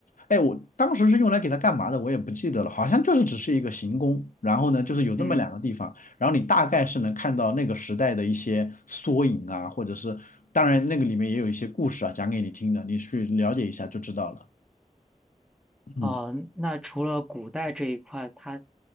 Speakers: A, on the left (about 80°); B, in the centre.
A: 哎，我当时是用来给它干嘛的，我也不记得了，好像就是只是一个行宫。然后呢，就是有这么两个地方。
B: 嗯。
A: 然后你大概是能看到那个时代的一些缩影啊，或者是当然那个里面也有一些故事啊，讲给你听的，你去了解一下就知道了。嗯。
B: 哦，那除了古代这一块，它